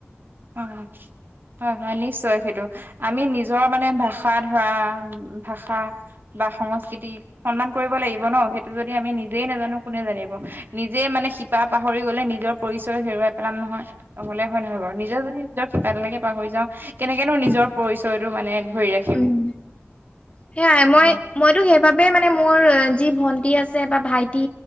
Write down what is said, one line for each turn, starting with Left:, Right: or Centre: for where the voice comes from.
Right: অ'। হয় হয়, নিশ্চয় সেইটো, আমি নিজৰ মানে ভাষা ধৰা ভাষা বা সংস্কৃতি সন্মান কৰিব লাগিব ন' সেইটো যদি আমি নিজেই নাজানো কোনে জানিব, নিজেই মানে শিপা পাহৰি গ'লে নিজৰ পৰিচয় হেৰুৱাই পেলাম নহয়। নহ'লে হয় নহয় বাৰু? নিজে যদি নিজৰ শিপাডালকে পাহৰি যাওঁ কেনেকেনো নিজৰ পৰিচয়টো মানে ধৰি ৰাখি
Left: উম, সেয়াই মই
Right: হয়
Left: মইতো সেইবাবেই মানে মোৰ যি ভন্টি আছে বা ভাইটি